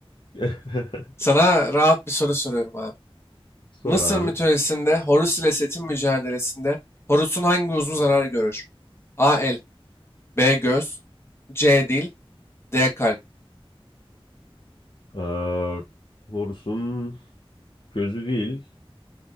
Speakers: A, on the left; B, on the left.
A: <laughs>
B: <laughs> Sana rahat bir soru soruyorum abi.
A: Sor
B: Mısır
A: abi.
B: mitolojisinde Horus ile Set'in mücadelesinde Horus'un hangi uzvu zarar görür? A. El B göz, C dil, D kalp.
A: Ee, Horus'un gözü değil.